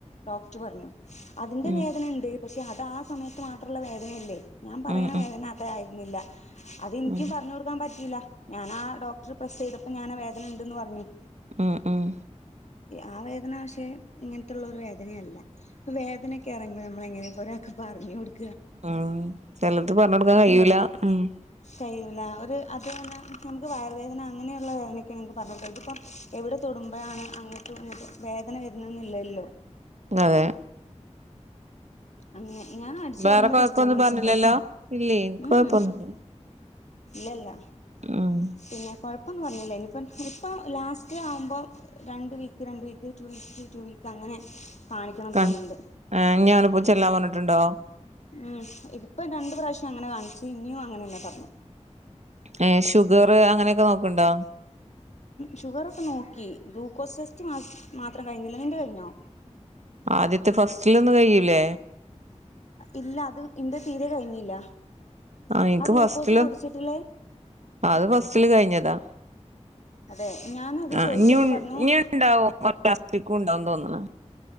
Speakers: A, on the left (about 70°); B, on the right (about 70°).
A: ഡോക്ടർ പറഞ്ഞു അതിന്റെ
B: ഉം
A: വേദന ഉണ്ട്. പക്ഷെ അത് ആ സമയത്ത് മാത്രമുള്ള വേദനയല്ലേ ഞാൻ പറയുന്ന
B: ഉം ഉം
A: വേദന അത ആയിരുന്നില്ല. അതെനിക്കും
B: ഉം
A: പറഞ്ഞു കൊടുക്കാൻ പറ്റൂലയില്ല ഞാൻ ആ ഡോക്ടർ പ്രസ് ചെയ്തപ്പോ ഞാൻ വേദന ഉണ്ടന്ന് പറഞ്ഞു
B: ഉം മ്
A: ആ വേദന പഷെഇങ്ങനത്തുള്ള ഒരു വേദനയല്ലപ്പ വേദനയൊക്കെ ഇറുമ്പോ നമ്മള എങ്ങനെ അാർങ്ങോ <unintelligible>
B: ഉം ചെലത്പറഞ്ഞ കൊടുക്കാൻ കഴിയൂല ഉം -
A: കഴയില്ല ഒരു അത് തന്നാ നമുക്ക് വയറുവ വേദന അങ്ങനെയുള്ള വേദനൊക്കെയാണ് നമുക്ക് പറഞ്ഞ ഇതിപ്പം എവിടെ തൊടുമ്പോഴാണ് അങ്ങട്ടും ഇങ്ങിട്ട് വേദന വരുന്നെന്നില്ലല്ലോ
B: അതെ
A: അങ്ങനെ ഞാൻ അടിച്ച
B: വേറെ
A: വരുമ്പോ
B: കൊഴപ്പൊന്നും
A: ഡിസ്റ്റർബൻസ്
B: പറഞ്ഞില്ലല്ലോ
A: ഉണ്ടോ
B: ഇല്ലേ എനിക്ക്
A: ഉം
B: കൊഴപ്പൊന്നുല്ല
A: ലല്ല
B: ഉം
A: പിന്നെ <inaudible> ഇപ്പന്ന് പറഞ്ഞില്ലേ ഇനിപ്പം ഇപ്പം ലാസ്റ്റ് ആവുമ്പോൾ - രണ്ട് വീക്ക് രണ്ട് week two week two week അങ്ങനെ കാണിക്കണം
B: കൺഞ്പ്പോ
A: തോന്നുന്നുണ്ട്
B: ചെല്ലാം പറന്നിട്ടുണ്ടോ?
A: ഉം ഇപ്പൊ രണ്ട പ്രാവശ്യം അങ്ങനെ കാണിച്ചു ഇനിയും അങ്ങനെന്നെ പറഞ്ഞേ
B: ഏ ഷുഗർ അങ്ങനെയൊക്കെ നോക്ണ്ടോ
A: ഷുഗർ ഒക്കെ നോക്കി ഗ്ലൂക്കോസ് ടെസ്റ്റ് മാത്രം കഴിഞ്ഞില്ല നിന്റെ കഴിഞ്ഞോ
B: ആദ്യത്തെ ഫസ്റ്റിലൊന്നും കയ്യൂലേ?
A: ഇല്ല അത് ഇന്റെ തീരെ കഴിഞ്ഞില്ല
B: ആ എനിക്ക്
A: ഗ്ലൂക്കോസ്
B: ഫസ്റ്റില്
A: കുടിച്ചിട്ടില്ലേ
B: അത് ഫസ്റ്റില് കഴിഞ്ഞതാ
A: അതെ ഞാനത്
B: ആ
A: ചോദിച്ചപ്പോ
B: ഞ്
A: പറഞ്ഞു
B: ഞ്ഞൂ ണ്ടാവും പലാസ്റ്റിക്ക ഉണ്ടാവുംന്ന് തോന്നണ